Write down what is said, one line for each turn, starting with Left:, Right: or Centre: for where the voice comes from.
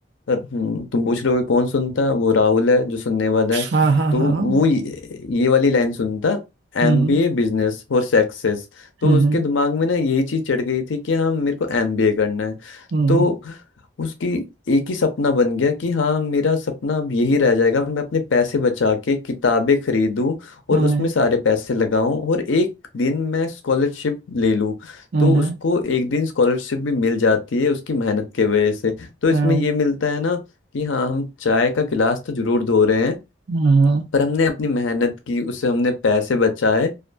Left: और, हम्म, तुम पूछ रहे हो कि कौन सुनता वो राहुल है जो सुनने वाला है
Right: हाँ हाँ
Left: तो
Right: हाँ हाँ,
Left: वो ये, ये वाली लाइन सुनता एमबीए
Right: हम्म
Left: बिजनेस और सक्सेस तो
Right: हम्म
Left: उसके दिमाग में ना यही चीज चढ़ गई थी कि हाँ मेरे को एमबीए करना है
Right: हम्म
Left: तो
Right: हम्म
Left: उसकी एक ही सपना बन गया कि हाँ मेरा सपना अब यही रह जाएगा मैं अपने पैसे बचा के किताबें खरीदूं और
Right: हम्म
Left: उसमें सारे पैसे लगाऊं और एक दिन मैं स्कॉलरशिप ले लूं
Right: हम्म
Left: तो उसको एक दिन स्कॉलरशिप भी मिल जाती है उसकी मेहनत के वजह से तो
Right: हम्म
Left: इसमें ये मिलता है ना कि हाँ हम चाय का गिलास तो जरूर धो रहे हैं
Right: हम्म,
Left: पर हमने अपनी मेहनत की उससे हमने पैसे बचाए